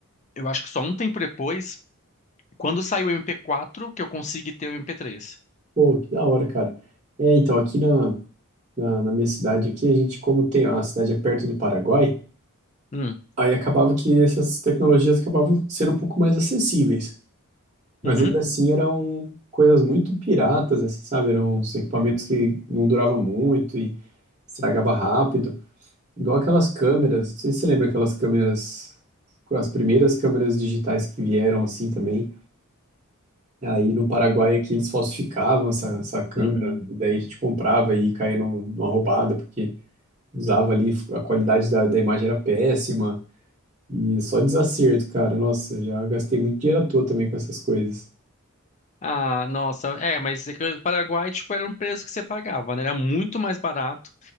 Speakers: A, on the left (about 30°); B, on the right (about 30°).
A: eu acho que só um tempo depois. Quando saiu o MP4, que eu consegui ter o MP3.
B: Pô, que da hora, cara. É, então, aqui na, na, na minha cidade, aqui, a gente, como tem, a cidade é perto do Paraguai,
A: Hum,
B: aí acabava que essas tecnologias acabavam sendo um pouco mais acessíveis. Mas
A: uhum.
B: ainda assim eram coisas muito piratas, assim, sabe? Eram uns equipamentos
A: É.
B: que não duravam muito e estragava rápido. Igual aquelas câmeras, não sei se você lembra aquelas câmeras, as primeiras câmeras digitais que vieram assim também. Aí no Paraguai aqui eles falsificavam essa, essa câmera,
A: Hum.
B: e daí a gente comprava e caía num- numa roubada, porque usava ali, a qualidade da, da imagem era péssima, e só desacerto, cara. Nossa, já gastei muito dinheiro à toa também com essas coisas.
A: Ah, nossa, é, mas é que o Paraguai, tipo, era um preço que você pagava, né? Era muito mais barato